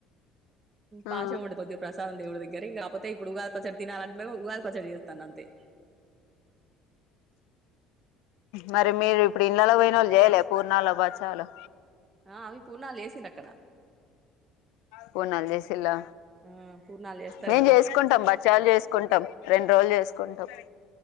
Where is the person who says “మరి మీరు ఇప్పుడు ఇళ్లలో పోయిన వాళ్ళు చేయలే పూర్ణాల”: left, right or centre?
Left